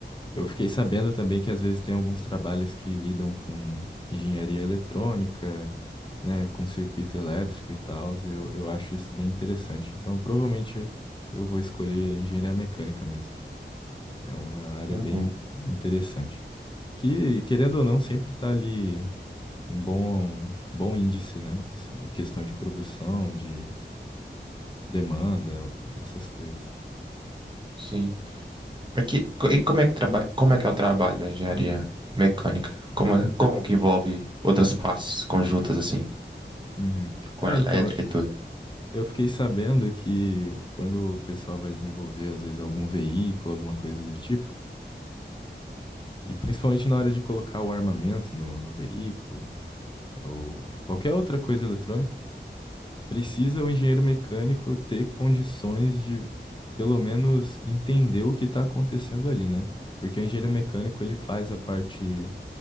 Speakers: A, on the left (about 25°); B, on the right (about 25°).
A: Eu fiquei sabendo também que às vezes tem alguns trabalhos que lidam com engenharia eletrônica, né, com circuito elétrico e tal. Eu, eu acho isso bem interessante. Então, provavelmente eu vou escolher engenharia mecânica mesmo. É uma área
B: Uhum,
A: bem interessante. Que, querendo ou não, sempre está ali um bom, bom índice, né? Se- Em questão de produção, de demanda, essas coisas.
B: sim. Mas que, co- e como é que trabalha, como é que é o trabalho da engenharia mecânica? Como, é- como que envolve outras partes conjuntas assim,
A: Uhum.
B: com
A: É,
B: a elétrica
A: então, eu
B: e tudo?
A: eu fiquei sabendo que quando o pessoal vai desenvolver, às vezes, algum veículo, alguma coisa do tipo, e principalmente na hora de colocar o armamento no, no veículo, ou qualquer outra coisa eletrônica, Precisa o engenheiro mecânico ter condições de, pelo menos, entender o que está acontecendo ali, né? Porque o engenheiro mecânico ele faz a parte